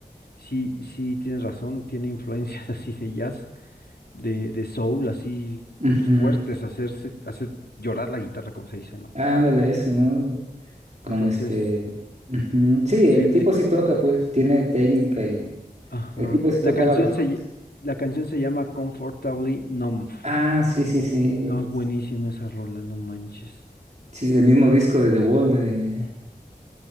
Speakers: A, on the left (about 70°); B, on the right (about 45°).
A: sí, sí tienes razón, tiene influencias <laughs> así de jazz, de, de soul, así,
B: Ujú.
A: pues fuertes, hacerse, hacer llorar la guitarra, como se dice, ¿no?
B: Ándale, eso, ¿no? Con
A: Entonces,
B: este... ujú. Sí,
A: sí
B: el
A: le,
B: tipo sí toca, pues, tiene técnica y
A: ajá,
B: el tipo sí
A: la
B: tocaba
A: canción
B: los... solos.
A: se, lle- la canción se llama Comfortably Numb,
B: Ah, sí, sí, sí,
A: no, es buenísima
B: sí.
A: esa rola, no manches.
B: Sí, del mismo disco de The Wall de...